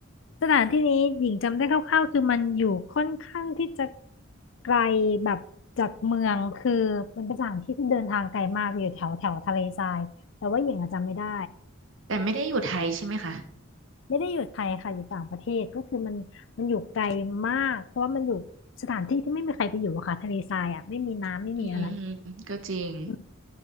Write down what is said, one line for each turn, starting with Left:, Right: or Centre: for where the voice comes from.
Left: สถานที่นี้หญิงจำได้คร่าวๆคือมันอยู่ค่อนข้างที่จะไกลแบบจากเมืองคือมันเป็นสถานที่ที่เดินทางไกลมากอยู่แถวแถวทะเลทรายแต่ว่าหญิงอะจำไม่ได้
Right: แต่ไม่ได้อยู่ไทยใช่ไหมคะ
Left: ไม่ได้อยู่ไทยค่ะอยู่ต่างประเทศก็คือมันมันอยู่ไกลมากเพราะว่ามันอยู่สถานที่ที่ไม่มีใครไปอยู่อะค่ะทะเลทรายอ่ะไม่มีน้ำไม่มีอะไร
Right: อืมอืมก็จริง
Left: อืม